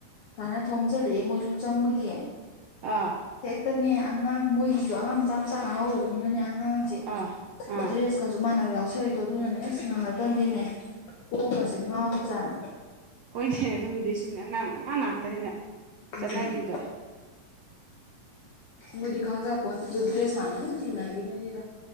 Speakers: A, on the left; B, on the right.
A: ꯍꯥꯟꯅ ꯊꯣꯝ ꯆꯜꯂꯛꯑꯦ ꯃꯣꯏꯁꯨ ꯆꯪꯕꯒꯤ
B: ꯑꯥ
A: ꯍꯦꯛꯇꯅꯦ ꯑꯉꯥꯡ ꯃꯣꯏꯒꯤꯗꯣ ꯑꯉꯥꯡ ꯃꯆꯥ ꯃꯆꯥ ꯉꯍꯥ ꯑꯣꯏꯕꯅꯤꯅꯅꯦ ꯑꯉꯥꯡꯁꯦ
B: ꯑꯥ ꯑꯥ
A: ꯗ꯭ꯔꯦꯁꯀꯁꯨ ꯃꯥꯟꯅꯕ ꯌꯥꯎꯁꯜꯂꯛꯏꯗꯣ ꯑꯗꯨꯅꯅꯦ ꯑꯁ ꯉꯥꯏꯍꯥꯛꯇꯪꯗꯤꯅꯦ ꯀꯣꯛꯀꯁꯦ ꯉꯥꯎꯁꯦ ꯆꯝ
B: ꯍꯣꯏꯅꯦ ꯑꯗꯨꯕꯨꯗꯤ ꯁꯨꯝꯅꯦ ꯑꯉꯥꯡ ꯑꯉꯥꯡ ꯉꯥꯛꯇꯅꯤꯅ
A: ꯎꯝ
B: ꯆꯠꯅꯈꯤꯕꯗ
A: ꯕꯨꯔꯤ ꯈꯪꯖꯄꯣꯅꯤ ꯇꯤꯕꯨ ꯗ꯭ꯔꯦꯁ ꯃꯥꯅꯦ ꯀꯅ ꯀꯅ ꯇꯤꯗ